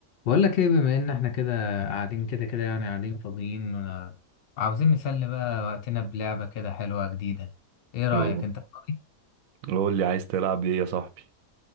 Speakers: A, on the left; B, on the right.
A: بقول لك ايه بما ان احنا كده قاعدين كده كده يعني قاعدين فاضيين آه، وعاوزين نسلي بقى وقتنا بلعبة كده حلوة جديدة ايه رأيك
B: أوه.
A: انت فاضي
B: قول لي عايز تلعب ايه يا صاحبي